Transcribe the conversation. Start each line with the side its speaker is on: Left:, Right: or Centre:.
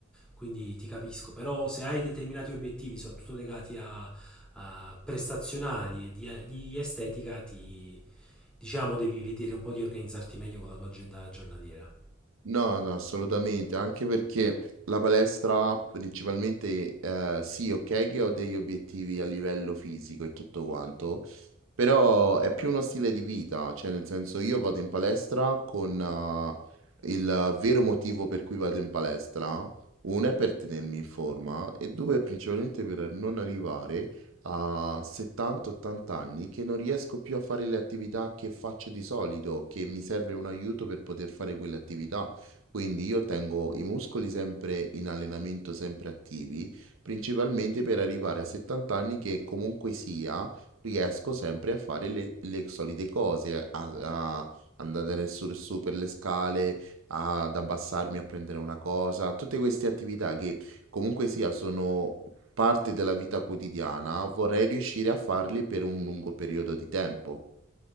Centre: quindi ti capisco, però se hai determinati obiettivi, soprattutto legati a, a prestazionali e di, di estetica, ti, diciamo devi vedere un po' di organizzarti meglio con la tua agenda giornaliera.
Right: No, no, assolutamente, anche perché la palestra principalmente, eh, sì, ok che ho degli obiettivi a livello fisico e tutto quanto, però è più uno stile di vita, cioè nel senso io vado in palestra con eh, il vero motivo per cui vado in palestra, uno è per tenermi in forma e due è principalmente per non arrivare a 70-80 anni che non riesco più a fare le attività che faccio di solito, che mi serve un aiuto per poter fare quelle attività. Quindi io tengo i muscoli sempre in allenamento, sempre attivi, principalmente per arrivare a 70 anni che comunque sia riesco sempre a fare le, le solite cose, a, a andare adesso su per le scale, ad abbassarmi a prendere una cosa, tutte queste attività che comunque sia sono parte della vita quotidiana, vorrei riuscire a farle per un lungo periodo di tempo.